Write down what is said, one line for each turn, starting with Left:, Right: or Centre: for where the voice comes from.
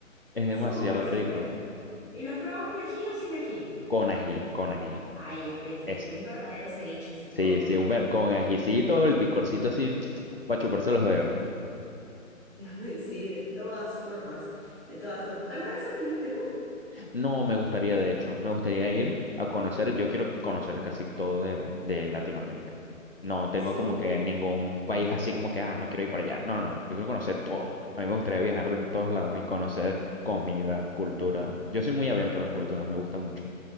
Left: Es
Centre: súper,
Left: demasiado
Centre: súper.
Left: rico.
Centre: ¿Y lo has probado con ají o sin ají?
Left: Con ají, con ají.
Centre: Ah, ya, perfecto.
Left: Es,
Centre: Un verdadero ceviche se
Left: sí,
Centre: come con
Left: sí, un
Centre: ají.
Left: ver- con ajicito, el picorcito así, para chuparse los dedos.
Centre: <laughs> Sí, de todas formas, de todas formas. ¿Alguna vez has venido a Perú?
Left: No, me gustaría, de hecho, me gustaría ir a conocer, yo quiero conocer casi todo de, de Latinoamérica. No tengo
Centre: Sí.
Left: como que ningún país así como que, ah, no quiero ir para allá. No, no, no, yo quiero conocer todo. A mí me gustaría viajar de en todos lados y conocer comida, cultura. Yo soy muy abierta a las culturas, me gusta mucho.